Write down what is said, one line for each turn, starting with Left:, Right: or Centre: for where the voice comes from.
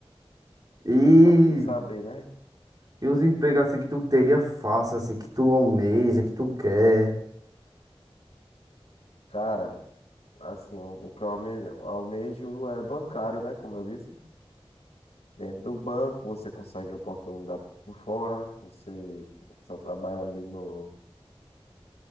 Right: E,
Left: acaba tem que saber, né?
Right: e os empregos assim que tu teria fácil, assim, que tu almeja, que tu quer?
Left: Cara, assim, o, o que eu alme- almejo, é bancário, né? Como eu disse. Dentro do banco, você consegue oportunidade por fora, você só trabalha ali no.